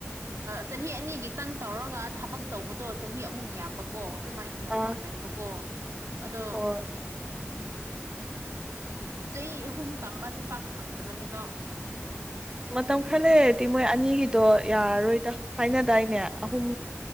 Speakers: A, on the right; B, on the right.
A: ꯆꯍꯤ ꯑꯅꯤꯒꯤꯇꯪ ꯇꯧꯔꯒ ꯊꯕꯛ ꯇꯧꯕꯗꯣ ꯆꯍꯤ ꯑꯃꯨꯛ ꯌꯥꯝꯕꯀꯣ ꯑꯗꯨꯃꯥꯏꯅ ꯌꯥꯝ
B: ꯑꯥ
A: ꯇꯧꯅꯩꯑꯕꯀꯣ ꯑꯗꯣ
B: ꯍꯣꯏ
A: ꯆꯍꯤ ꯑꯍꯨꯝ ꯇꯝꯕꯁꯦ ꯄꯥꯛ ꯐꯪꯗꯕꯅꯦꯕ
B: ꯃꯇꯝ ꯈꯔ ꯂꯩꯔꯗꯤ ꯃꯣꯏ ꯑꯅꯤꯒꯤꯗꯣ ꯌꯥꯔꯔꯣꯏꯗ ꯍꯥꯏꯅꯗꯥꯏꯅꯦ ꯑꯍꯨꯝ